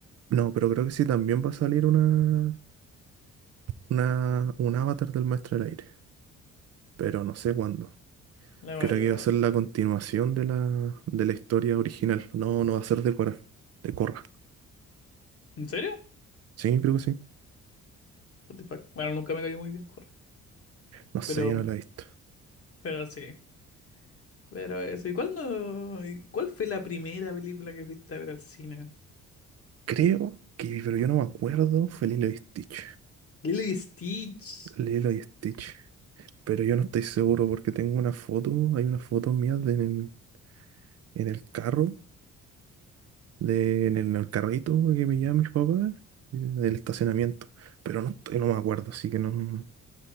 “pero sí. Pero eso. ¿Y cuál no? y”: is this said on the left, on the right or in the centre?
Left